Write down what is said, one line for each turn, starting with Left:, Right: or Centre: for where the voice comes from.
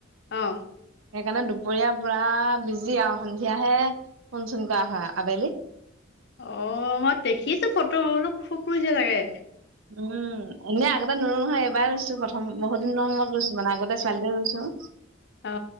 Left: অ
Right: সেইকাৰণে দুপৰীয়া পুৰা বিজি আৰু সন্ধিয়াহে ফোন চোন কৰা হয় আবেলি।
Left: অ মই দেখিছো ফটো খাবনো খুব ই যে লাগে।
Right: উম এনেই আগতে নুৰো নহয় এবাৰ ছো বহুত দিনৰ মুৰত ৰত ৰুইছো মানে আগতে চালি ৰুইছো
Left: অ